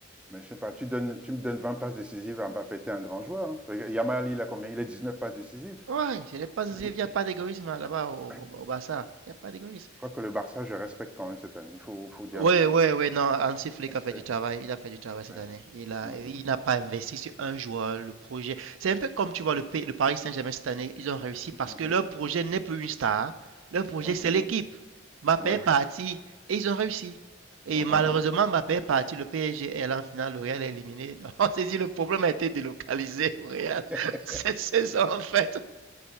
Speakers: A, in the centre; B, on the right.
A: mais je sais pas, tu donnes, tu me donnes 20 passes décisives à Mbappé, t'es un grand joueur. hein. Regarde, Yamal, il a combien? Il a 19 passes décisives.
B: Ouais, je l'ai pas, il
A: Il-
B: n'y a pas d'égoïsme là-bas au,
A: <clears throat>
B: au, au Barça. Il n'y a pas d'égoïsme.
A: Quoique le Barça, je respecte quand même cette année. Il faut, faut dire
B: Ouais,
A: la vérité.
B: ouais, ouais, non, Hansi Flick
A: Respect,
B: a fait du travail, il a fait du travail
A: respect.
B: cette année. Il a,
A: Mm,
B: il n'a pas investi sur un joueur, le projet. C'est un peu comme tu vois le, P- le Paris Saint-Germain cette année, ils ont réussi
A: mm,
B: parce que leur projet n'est plus une star. Leur projet,
A: mm, mm.
B: c'est l'équipe. Mbappé
A: Ouais.
B: est Oui, parti et ils ont réussi. Et
A: mm, mm.
B: voilà. malheureusement, Mbappé est parti, le PSG est allé en finale, le Real est éliminé. <laughs> Donc, on s'est dit, le problème a été délocalisé au Real
A: <laughs>
B: <laughs> cette saison, en fait.